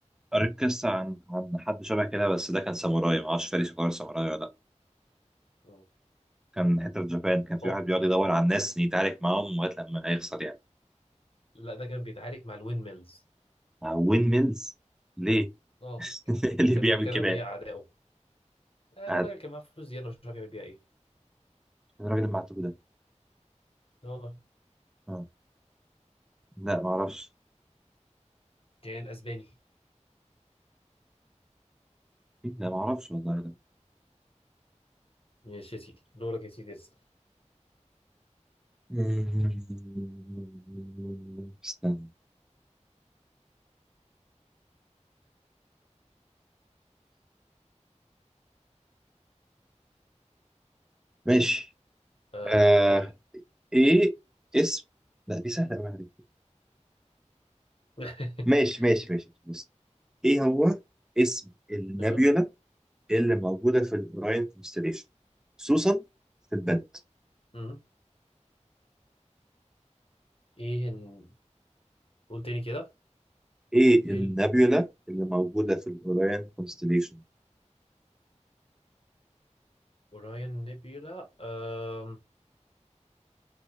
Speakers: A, in the centre; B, on the left.
A: قريت قصة عن عن حد شبه كده بس ده كان ساموراي معرفش فارس يعتبر ساموراي ولا لأ.
B: مم.
A: كان حتة في جابان كان في
B: اه
A: واحد بيقعد يدور على الناس يتعارك معاهم لغاية لما هيخسر يعني
B: لا ده كان بيتعارك مع الوين ميلز
A: وين ميلز ليه؟
B: اه ك-
A: <laughs> اللي
B: كان
A: بيعمل
B: فاكرها
A: كده
B: ان
A: يعني
B: هي اعدائه آه
A: قاعد
B: الراجل كان معاه فلوس زيادة مش عارف يعمل بيها ايه
A: إيه الراجل المعتوه ده
B: لا والله
A: آه. لا معرفش
B: كان اسباني
A: لا معرفش والله ده
B: ماشي يا سيدي دورك يا سيدي اسأل.
A: <laughs> استنى ماشي
B: اه
A: آه.
B: قول لي
A: ايه اسم لا دي سهلة قوي عليك
B: <laughs>
A: ماشي ماشي ماشي بص ايه هو اسم النابيولا
B: ايوه
A: اللي موجودة في الأوراين كونستليشن خصوصا في البنت
B: مم. ايه ن- قول تاني كده
A: إيه
B: ايه
A: النابيولا
B: ال-
A: اللي موجودة في الأوراين كونستليشن
B: اوراين نيبيولا آم،